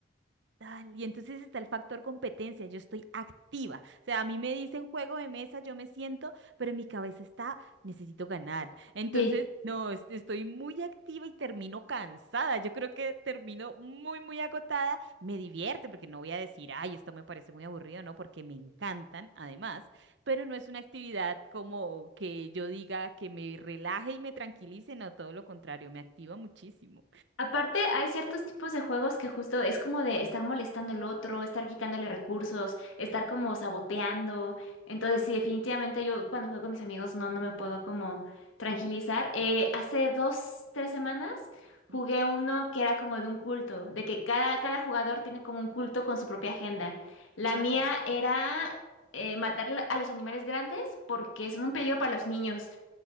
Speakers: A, on the right; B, on the left.
A: Tal, Y entonces está el factor competencia, yo estoy activa. O sea, a mí me dicen juego de mesa, yo me siento, pero en mi cabeza está, necesito ganar. Entonces,
B: Sí.
A: no, est- estoy muy activa y termino cansada. Yo creo que termino muy, muy agotada. Me divierte porque no voy a decir, ay, esto me parece muy aburrido, no, porque me encantan además, pero no es una actividad como que yo diga que me relaje y me tranquilice, no, todo lo contrario, me activa muchísimo.
B: Aparte, hay ciertos tipos de juegos que justo es como de estar molestando al otro, estar quitándole recursos, estar como saboteando. Entonces, sí, definitivamente yo cuando juego con mis amigos no, no me puedo como tranquilizar. Eh, hace dos, tres semanas jugué
A: Ujú.
B: uno que era como de un culto, de que cada, cada jugador tiene como un culto con su propia agenda. La
A: Mm.
B: mía era eh, matar a los animales grandes porque son un peligro para los niños.